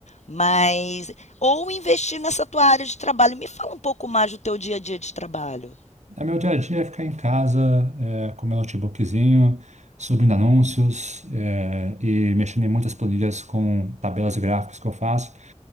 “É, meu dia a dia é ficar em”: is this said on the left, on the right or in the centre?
Right